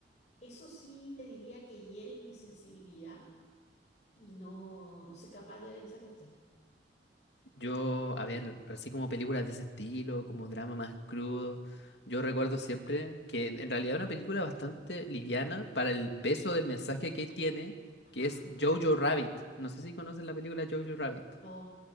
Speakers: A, on the left; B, on the left.
A: Eso sí te diría que hiere mi sensibilidad y no, no soy capaz de ver esa cuestión.
B: Yo, a ver, así como películas de ese estilo, como drama más crudo, yo recuerdo siempre que en realidad es una película bastante liviana para el peso del mensaje que tiene,
A: Ajá,
B: que es Jojo Rabbit. No sé si conoces la película Jojo Rabbit.
A: no,